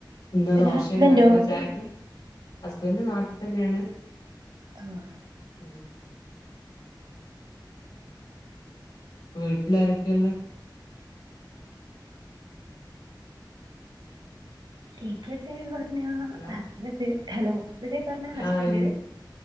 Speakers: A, on the left; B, on the right.
A: ഇന്ന്
B: പിന്നെ
A: ദോശേ
B: ഹസ്ബൻഡോ
A: ഇണ്ടാക്ക്ന്ന് ചായക്ക് ഹസ്ബൻഡ് നാട്ടി തന്നെണ്
B: ആ ഹ്
A: ഉം വീട്ടിലാരക്കേ ഇള്ളേ
B: ഇവിടെ പറഞ്ഞ
A: ഹലോ
B: ഹസ്ബെന്റ് ഹലോ ഇവിടെ പറഞ്ഞ ഹസ്ബെന്റ്
A: ആഹ്